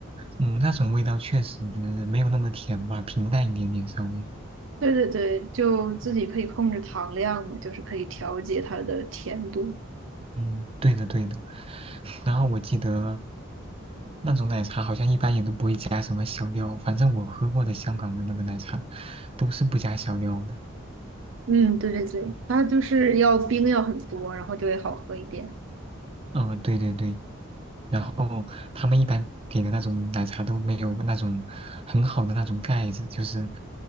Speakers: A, on the right; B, on the right.
A: 嗯，那种味道确实没有那么甜吧，平淡一点点稍微。
B: 对对对，就自己可以控制糖量嘛，
A: 嗯，
B: 就是可以调节它的甜度。
A: 嗯对的对的。<laughs> 然后我记得那种奶茶好像一般也都不会加什么小料，反正我喝过的香港的那个奶茶都是不加小料的。
B: 嗯，对对对，它就是要冰要很多，然后就会好喝一点。
A: 嗯，对对对。然后他们一般给的那种奶茶都没有那种很好的那种盖子，就是